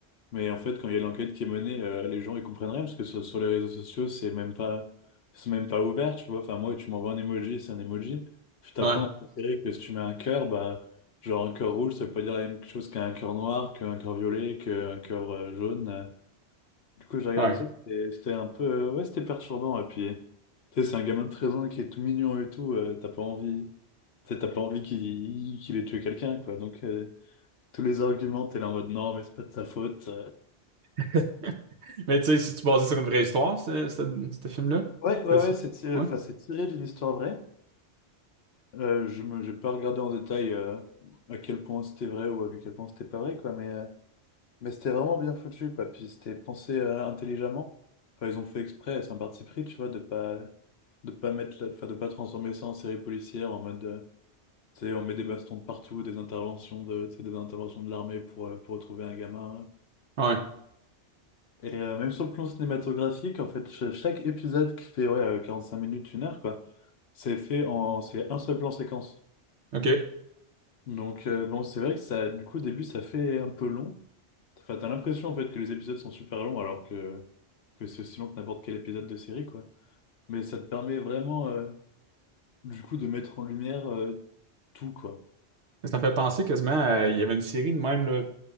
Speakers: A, on the left; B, on the right.
A: Mais en fait, quand il y a l'enquête qui est menée, euh, les gens ils comprennent rien parce que sur, sur les réseaux sociaux, c'est même pas, c'est même pas ouvert, tu vois. Enfin, moi, tu m'envoies un emoji, c'est un emoji. puis t'apprends
B: Ouais,
A: dans cette série que si tu mets un cœur, bah, genre un cœur rouge, ça veut pas dire la même chose qu'un cœur noir, qu'un cœur violet, qu'un cœur euh, jaune. Du coup, j'ai regardé
B: ouais.
A: ça, c'était c'était un peu, euh, ouais, c'était perturbant. Et puis, tu sais, c'est un gamin de 13 ans qui est tout mignon et tout, euh, t'as pas envie, tu sais, t'as pas envie qu'il qu'il ait tué quelqu'un, quoi. Donc, euh, tous les arguments, t'es là en mode non, mais c'est pas de sa faute.
B: <laughs> Mais tu sais, si tu basais sur une vraie histoire, ce ce- ce film-là,
A: Ouais, ouais,
B: c'est-
A: ouais, c'est tiré,
B: ouais,
A: enfin, c'est tiré d'une histoire vraie. Euh, je me, j'ai pas regardé en détail euh, à quel point c'était vrai ou à quel point c'était pas vrai, quoi, mais, euh, mais c'était vraiment bien foutu, quoi. Puis c'était pensé euh, intelligemment. Enfin, ils ont fait exprès, c'est un parti pris, tu vois, de pas, de pas mettre, la- enfin, de pas transformer ça en série policière en mode, euh, tu sais, on met des bastons de partout, des interventions de, tu sais, des interventions de l'armée pour, euh, pour retrouver un gamin.
B: ouais,
A: euh, Et euh, même sur le plan cinématographique, en fait, ch- chaque épisode qui fait ouais, euh, cinq minutes, une heure, quoi, c'est fait en c'est un seul plan séquence.
B: ok.
A: Donc euh, bon, c'est vrai que ça, du coup, au début, ça fait un peu long. Enfin, t'as l'impression en fait que les épisodes sont super longs alors que, que c'est aussi long que n'importe quel épisode de série, quoi. Mais ça te permet vraiment, euh, du coup, de mettre en lumière euh, tout, quoi.
B: Ça me fait penser quasiment à... Il y avait une série de même, là,